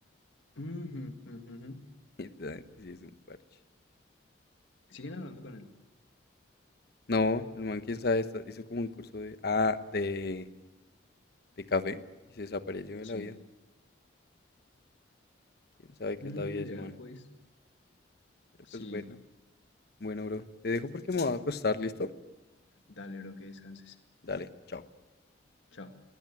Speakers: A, on the left (about 70°); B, on the left (about 50°).
A: Ujú, ujú, ujú.
B: <laughs> Esa gente sí es un parche.
A: ¿Siguen hablando con él?
B: No, el man, quién sabe, está- hizo como un curso de... Ah, de... de café y se desapareció de
A: Sí.
B: la vida. Quién sabe qué
A: Mm,
B: es la vida de ese
A: ya,
B: man.
A: pues.
B: Pero
A: Sí.
B: pues bueno, bueno, bro. Te dejo porque me voy a acostar, ¿listo?
A: Dale, bro, que descanses.
B: Dale, chao.
A: Chao.